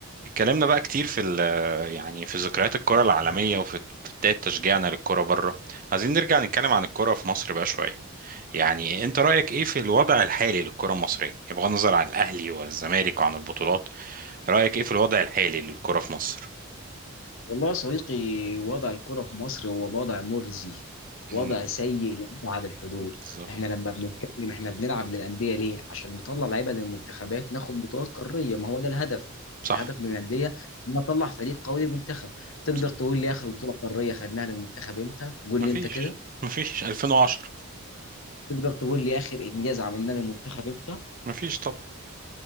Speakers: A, on the right; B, on the left.
A: اتكلمنا بقى كتير في ال يعني في ذكريات الكرة العالمية وفي بداية تشجيعنا للكرة بره عايزين نرجع نتكلم عن الكرة في مصر بقى شوية يعني انت رأيك ايه في الوضع الحالي للكرة المصرية بغض النظر عن الأهلي والزمالك وعن البطولات رأيك ايه في الوضع الحالي للكرة في مصر
B: والله يا صديقي وضع الكرة في مصر هو وضع مرزي وضع
A: مم،
B: سيء لأبعد الحدود
A: بالظبط
B: احنا لما بنتكلم احنا بنلعب للأندية ليه عشان نطلع لعيبة للمنتخبات ناخد بطولات قارية ما هو ده الهدف
A: صح
B: الهدف من الأندية إن أطلع فريق قوي للمنتخب تقدر
A: صح
B: تقول لي آخر بطولة قارية خدناها للمنتخب إمتى قول
A: مفيش
B: لي أنت كده
A: مفيش 2010
B: تقدر تقول لي آخر إنجاز عملناه للمنتخب إمتى
A: مفيش طبعا